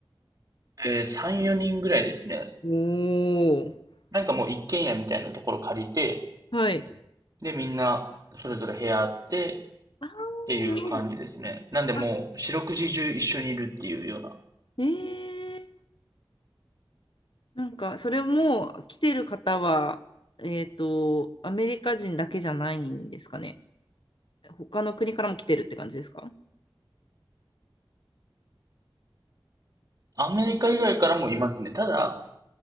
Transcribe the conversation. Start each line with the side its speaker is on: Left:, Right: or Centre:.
Right: えー、3、4人ぐらいですね。
Left: おー。
Right: なんかもう一軒家みたいなところ借りて、
Left: はい。
Right: で、みんなそれぞれ部屋あって
Left: あ
Right: っていう感じですね。
Left: ー、なるほど。
Right: なんでもう四六時中一緒にいるっていうような。
Left: あ、えー、なんか、それも来てる方は、えっと、アメリカ人だけじゃないんですかね。他の国からも来てるって感じですか
Right: アメリカ以外からもいますね。ただ、